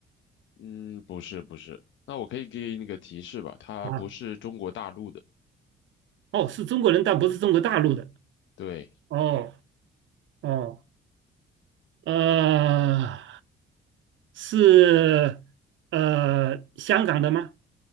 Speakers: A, on the left; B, on the right.
A: 嗯，不是，不是，那我可以给你个提示吧，他不是中国大陆的，
B: 啊，哦，是中国人，但不是中国大陆的，
A: 对，
B: 哦哦，呃。是呃香港的吗